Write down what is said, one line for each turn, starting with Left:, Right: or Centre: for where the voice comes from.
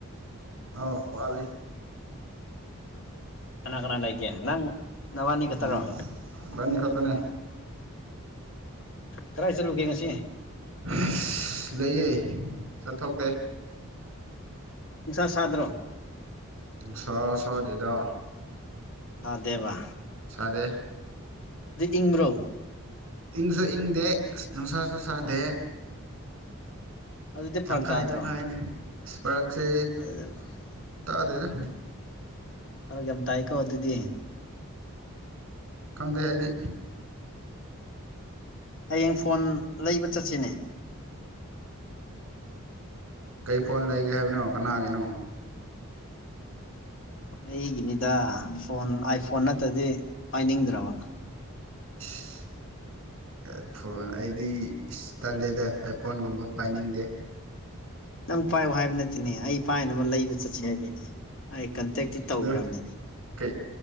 Right: ꯑꯎ ꯋꯥꯠꯂꯤ
Left: ꯀꯅꯥ ꯀꯅꯥ ꯂꯩꯒꯦ ꯅꯪ ꯅꯕꯥꯅꯤ ꯈꯛꯇꯔꯣ
Right: ꯑꯣ ꯏꯕꯥꯅꯤ ꯈꯛꯇꯅꯦ
Left: ꯀꯗꯥꯥꯏ ꯆꯠꯂꯨꯒꯦ ꯉꯁꯤ
Right: ꯍꯤꯁ ꯂꯩꯌꯦ ꯆꯠꯊꯣꯛꯇꯦ
Left: ꯅꯨꯡꯁꯥ ꯁꯥꯗ꯭ꯔꯣ
Right: ꯅꯨꯡꯁꯥ ꯁꯥꯗꯦꯗ
Left: ꯁꯥꯥꯗꯦꯕ
Right: ꯁꯥꯗꯦ
Left: ꯏꯪꯕ꯭ꯔꯣ
Right: ꯏꯪꯁꯨ ꯏꯪꯗꯦ ꯑꯁ ꯅꯨꯡꯁꯥꯁꯨ ꯁꯥꯗꯦ
Left: ꯑꯗꯨꯗꯤ ꯐꯔꯛ
Right: ꯇꯪꯈꯥꯏ
Left: ꯇꯥꯗ꯭ꯔꯣ
Right: ꯇꯪꯈꯥꯏꯅꯦ ꯏꯁꯄꯔꯛꯆꯦ
Left: <inaudible>
Right: ꯇꯥꯗꯦꯗ
Left: ꯐꯔꯛ ꯌꯥꯝ ꯇꯥꯏꯀꯣ ꯑꯗꯨꯗꯤ
Right: ꯈꯪꯗꯦ ꯑꯩꯗꯤ
Left: ꯍꯌꯦꯡ ꯐꯣꯟ ꯂꯩꯕ ꯆꯠꯁꯤꯅꯦ
Right: ꯀꯩ ꯐꯣꯟ ꯂꯩꯒꯦ ꯍꯥꯏꯕꯅꯣ ꯀꯅꯥꯒꯤꯅꯣ
Left: ꯑꯩꯒꯤꯅꯤꯗ ꯐꯣꯟ ꯑꯥꯏꯐꯣꯟ ꯅꯠꯇꯗꯤ ꯄꯥꯏꯅꯤꯡꯗ꯭ꯔꯕ
Right: ꯏꯁ ꯑꯥꯏꯐꯣꯟ ꯑꯩꯗꯤ ꯏꯁ ꯇꯜꯂꯦꯗ ꯀꯣꯟꯒꯨꯝꯕ ꯄꯥꯏꯅꯤꯡꯗꯦ
Left: ꯅꯪ ꯄꯥꯏꯌꯣ ꯍꯥꯏꯕ ꯅꯠꯇꯦꯅꯦ ꯑꯩ ꯄꯥꯏꯅꯕ ꯂꯩꯕ ꯆꯠꯁꯦ ꯍꯥꯏꯕꯅꯤꯅꯦ ꯑꯩ ꯀꯟꯇꯦꯛꯇꯤ ꯇꯧꯈ꯭ꯔꯕꯅꯤꯅꯦ
Right: ꯑꯗꯨ ꯀꯩ